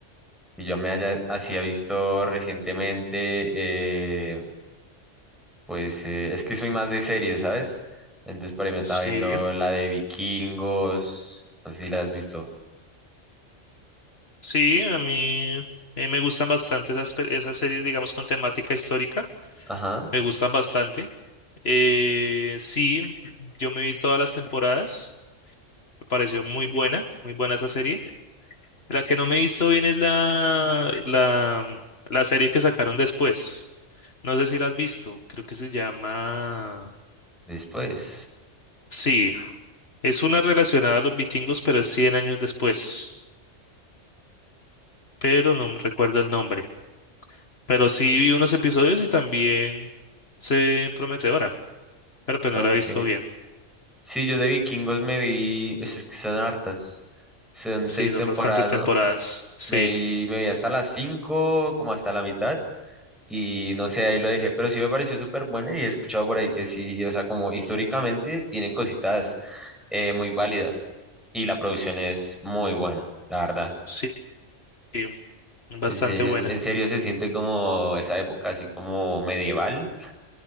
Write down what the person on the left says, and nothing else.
Sí,
sí, a mí eh, me gustan bastante esas, pe- esas series, digamos, con temática histórica,
me gustan bastante. Eh, sí, yo me vi todas las temporadas, me pareció muy buena, muy buena esa serie. La que no me he visto bien es la, la, la serie que sacaron después. No sé si la has visto, creo que se llama...
Sí, es una relacionada a los vikingos, pero es 100 años después, pero no me recuerdo el nombre. Pero sí vi unos episodios y también se ve prometedora, pero pues
no la he visto bien.
Sí,
son
bastantes temporadas,
sí,
sí, sí, bastante
buena.